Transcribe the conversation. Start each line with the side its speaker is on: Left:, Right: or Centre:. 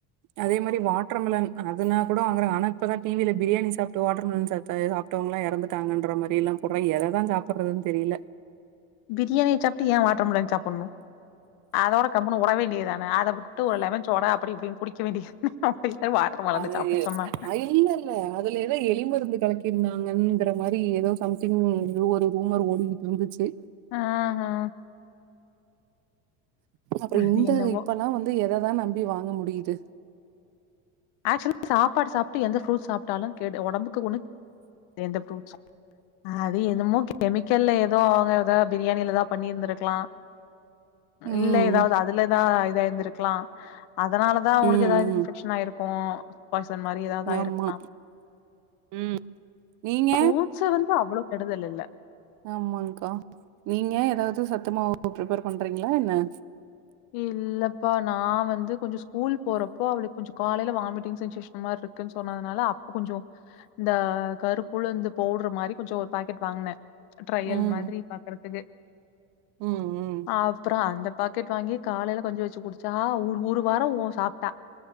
Right: அதே மாரி வாட்டர்மிலன் அதனா கூட வாங்குறங்க ஆனா இப்பதா டி வி யில பிரியாணி சாப்ட்டு வாட்டர்மெலன் ச சாப்ட்டா எதோ சாப்ட்டவங்கல்லா எறந்துட்டாங்கன்ற மாரி எல்லா போட்றாய் எததா சாப்பட்றதுன்னு தெரியல
Left: பிரியாணி சாப்பிட்டு ஏ வாட்டர் மெலன் சாப்பட்ணு அதோட கம்முனு உட வேண்டியதுதானே அத உட் ட்டு ஒரு லெமன் சோடா அப்டி இப்டின் குடிக்க வேண்டிய அப்ப <unintelligible> வாட்டர் மெலனு
Right: அது
Left: சாப்பிட சொன்னா
Right: அ இல்ல இல்ல அதுல எதோ எலிமருந்து கலக்கிருந்தாங்கங்கிற மாரி எதோ சம்திங் ரூமரு ரூமர் ஓடி இருந்துச்சு
Left: ஆ ஆ
Right: அப்றோ
Left: அது
Right: இந்த
Left: என்னவோ
Right: இப்பல்லா வந்து எததா நம்பி வாங்க முடியிது
Left: ஆக்சுவல சாப்பாடு சாப்ட்டு எந்த ஃப்ரூட் சாப்பாலு கேடு ஒடம்புக்குக்கு ஒன்னு எந்த ப்ரூட்ஸு அது என்னமோ கெமிக்கல்ல எதோ அவுங்க எதோ பிரியாணியிலதா பண்ணிருந்திருக்கலா
Right: ம்
Left: இல்ல எதாவ்து அதுலதா இதாயிருந்திருக்லா அதனாலதா அவுங்களுக்கு
Right: ம்
Left: எதாவ்து இன்ஃபெக்ஷன்
Right: ம்
Left: ஆயிரு க்கு பாயிசன் மாரி எதாவ்து ஆயிருக்லா
Right: ஆமா. ம் நீங்க?
Left: ஃப்ரூட்ஸு வந்து அவ்ளோ கெடுதல் இல்ல
Right: ஆமாங்க்கா நீங்க எதாவ்து சத்தமாவு ப்ரிப்ஃபர் பண்றீங்ளா என்ன
Left: இல்லப்பா நா வந்து கொஞ்ச ஸ்கூல் போறப்போ அவளுக் கொஞ்ச காலைல வாமிட்டிங் செஞ்ஷேசன் மார் இருக்குன் சொன்னதுனால அப்போ கொஞ்சோ இந்த கருப்புலுந்து பவுட்ரு மாரி கொஞ்சோ ஒரு பாக்கெட் வாங்னே ட்ரையல்
Right: ம்
Left: மாத்ரி பாக்கற்துக்கு
Right: ம் ம்
Left: ஆப்றோ அந்த பாக்கெட் வாங்கி காலைல கஞ்சி வெச்சு குடிச்சா ஒரு ஒரு வாரோ உ சாப்ட்டா